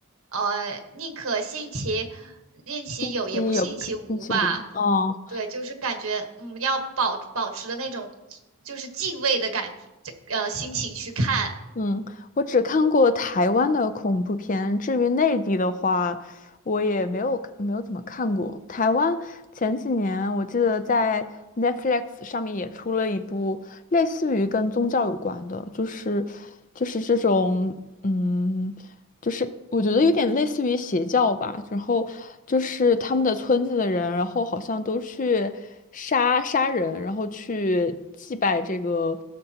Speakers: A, on the right; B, on the left.
A: 呃，宁可信其信其有，
B: 星期有星期五，
A: 也不信其无吧。
B: 嗯
A: 对，就是感觉嗯，要保保持的那种就是敬畏的感觉，呃心情去看。
B: 嗯，我只看过台湾的恐怖片，至于内地的话，我也没有没有怎么看过。台湾前几年我记得在 Netflix 上面也出了一部类似于跟宗教有关的，就是就是这种嗯。就是我觉得有点类似于邪教吧，然后就是他们的村子的人，然后好像都去杀杀人，然后去祭拜这个，